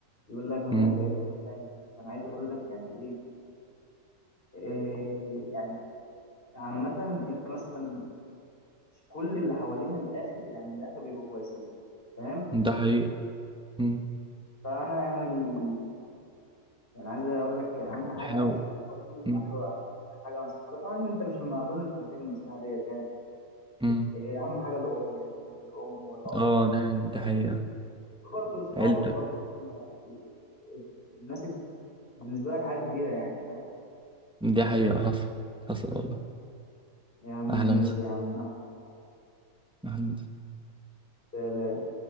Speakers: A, on the left; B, in the centre.
A: يقول لك مثلا
B: مم.
A: دي عيلته التانية فأنا عايز أقول لك يعني إيه, إيه يعني عامة أنت مثلا مش كل اللي حوالينا من الآخر يعني من الآخر بيبقوا كويسين فاهم
B: ده حقيقي مم.
A: فأنا يعني يعني عايز أقول لك أهم حاجة
B: حاول
A: أنصحك برضو
B: مم.
A: حاجة آخر حاجة أنصحها لك طبعا أنت مش ما أظن مش محتاج النصيحة ديت يعني
B: مم.
A: إيه اهم حاجه الام يا زميلي الام والاب
B: اه ده ده حقيقة
A: برضه اصحابك
B: عيلتك
A: برضه هم ال- الناس بالنسبه لك حاجه كبيره يعني فاهم
B: دي حقيقة حصل حصل والله
A: يا عم ماشي
B: اهلا وسهلا
A: يا عم اهلا
B: أهلاً وسهلا.
A: وسهلا